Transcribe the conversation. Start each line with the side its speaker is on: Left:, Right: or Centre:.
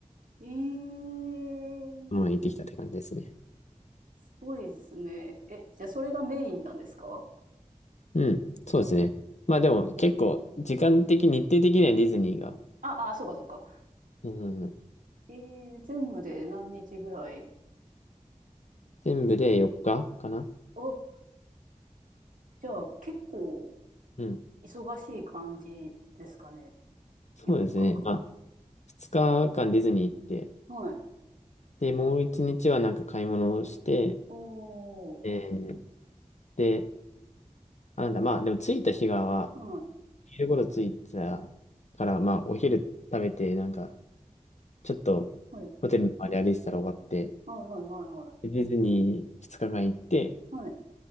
Right: い。えー、
Left: まあ行ってきたって感じですね。
Right: すごいですね。え、じゃあそれがメインなんですか
Left: うん。そうですね。まあでも結構、時間的、日程的にはディズニーが、
Right: あ、あ、そうかそうか。
Left: うん
Right: えー、全部で何日ぐらい
Left: 全部で4日かかな
Right: ですかあ、じゃあ結構、
Left: うん。
Right: 忙しい感じですかね。
Left: そうですね。
Right: 4日間。
Left: まあ、2日間ディズニー行って、
Right: はい。
Left: で、もう1日はなんか買い物をして、
Right: おー。
Left: えーで、あ、なんだ、まあ、でも着いた日がは、
Right: はい。
Left: 昼頃着いたから、まあ、お昼食べて、なんか、ちょっと、
Right: はい。
Left: ホテルの周り歩いてたら終わって、
Right: はいはいはい
Left: でディズニー2日間行って、
Right: はい。はい。